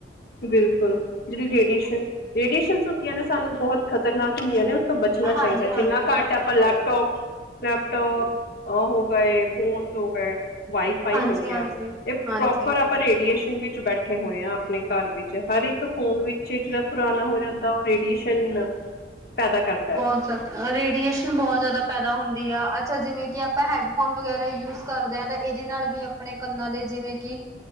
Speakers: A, on the left (about 55°); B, on the right (about 20°).
A: ਬਿਲਕੁਲ ਜਿਹੜੀ ਰੇਡੀਏਸ਼ਨ ਰੇਡੀਏਸ਼ਨ ਹੁੰਦੀਆਂ ਨੇ ਸਾਨੂੰ ਬਹੁਤ ਖਤਰਨਾਕ ਹੁੰਦੀਆਂ ਨੇ ਤੋਂ ਬਚਣਾ ਚਾਹੀਦਾ
B: ਹਾਂਜੀ ਹਾਂਜੀ
A: ਜਿੰਨਾ
B: ਬਚਣਾ
A: ਘੱਟ ਹੈ ਆਪਾਂ
B: ਚਾਹੀਦਾ
A: ਲੈਪਟੋਪ ਲੈ ਲੈਪਟੋਪ ਹੋ ਗਏ ਫੋਨ ਹੋ ਗਏ ਵਾਈਫਾਈ
B: ਹਾਂਜੀ
A: ਹੋ
B: ਹਾਂਜੀ
A: ਗਿਆ ਇਹ
B: ਹਾਂਜੀ
A: ਪ੍ਰੋਪਰ ਆਪਾਂ ਰੇਡੀਏਸ਼ਨ ਵਿੱਚ ਬੈਠੇ ਹੋਏ ਹਾਂ ਆਪਣੇ ਘਰ ਵਿੱਚ ਹਰ ਇੱਕ ਫੋਨ ਵਿੱਚ ਜਿਹੜਾ ਪੁਰਾਣਾ ਹੋ ਜਾਂਦਾ ਉਹ ਰੇਡੀਏਸ਼ਨ ਪੈਦਾ ਕਰਦਾ
B: ਬਹੁਤ
A: ਹੈ
B: ਜ਼ਿਆਦਾ ਰੇਡੀਏਸ਼ਨ ਬਹੁਤ ਜ਼ਿਆਦਾ ਪੈਦਾ ਹੁੰਦੀ ਆ ਅੱਛਾ ਜਿਵੇਂ ਕਿ ਆਪਾਂ ਹੈਡਫੋਨ ਵਗੈਰਾ ਯੂਜ ਕਰਦੇ ਹਾਂ ਤਾਂ ਇਹਦੇ ਨਾਲ ਵੀ ਆਪਣੇ ਕੰਨਾਂ ਦੇ ਜਿਵੇਂ ਕਿ